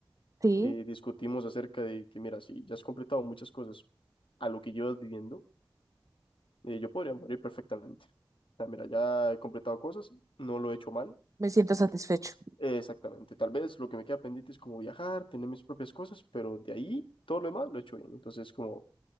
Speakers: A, on the right; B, on the left.
A: Sí,
B: que discutimos acerca de que, mira, si ya has completado muchas cosas a lo que llevas viviendo Y yo podría morir perfectamente. O sea, mira, ya he completado cosas, no lo he hecho mal.
A: me siento satisfecho.
B: Eh, Exactamente. Tal vez lo que me queda pendiente es como viajar, tener mis propias cosas, pero de ahí todo lo demás lo he hecho bien. Entonces, como,